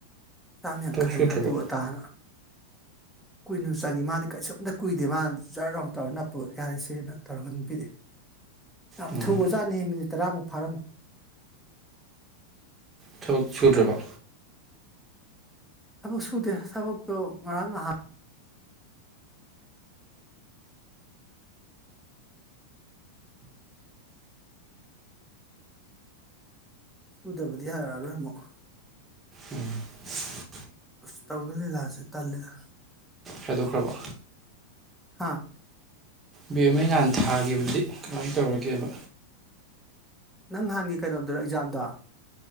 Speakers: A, in the centre; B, on the right (about 20°).
A: ꯆꯥꯝ ꯌꯥꯡꯈꯩ
B: ꯊꯕꯛ ꯁꯨꯗ꯭ꯔꯕ
A: ꯑꯗꯨ ꯑꯗꯥꯅ ꯀꯨꯏꯅ ꯆꯪꯏ ꯃꯥꯗꯤ ꯀꯩꯁꯨ ꯀꯨꯏꯗꯦ ꯃꯥꯗꯤ ꯖꯔ ꯂꯥꯎꯅ ꯇꯧꯔꯒ ꯅꯞꯄ ꯌꯥꯔꯦꯁꯦꯅ ꯇꯧꯔꯒ ꯄꯤꯔꯛꯑꯦ ꯌꯥꯝ
B: ꯎꯝ
A: ꯊꯨꯒ꯭ꯔꯖꯥꯠ ꯅꯤꯍꯦ ꯃꯤꯅꯤꯠ ꯇꯔꯥꯃꯨꯛ ꯐꯥꯔꯝꯃꯨ
B: ꯊꯕꯛ ꯁꯨꯗ꯭ꯔꯕꯣ
A: ꯊꯕꯛ ꯁꯨꯗꯦ ꯊꯕꯛꯇꯣ ꯉꯔꯥꯡ ꯅꯍꯥꯟ ꯁꯨꯗꯕꯗꯤ ꯌꯥꯔꯛꯑꯔꯣꯏ ꯑꯃꯨꯛ
B: ꯎꯝ <unintelligible>
A: ꯑꯁ ꯇꯧꯗꯣꯏ ꯂꯤꯂꯥꯁꯦ ꯇꯜꯂꯦꯗ
B: ꯈꯥꯏꯗꯣꯛꯈ꯭ꯔꯕ
A: ꯍꯥꯥ
B: ꯕꯃꯩ ꯅꯍꯥꯟ ꯊꯥꯈꯤꯕꯗꯤ ꯀꯃꯥꯏꯅ ꯇꯧꯔꯒꯦꯕ
A: ꯅꯪ ꯅꯍꯥꯟꯒꯤ ꯀꯩꯅꯣꯗꯨꯔ ꯑꯦꯛꯖꯥꯝꯗꯣ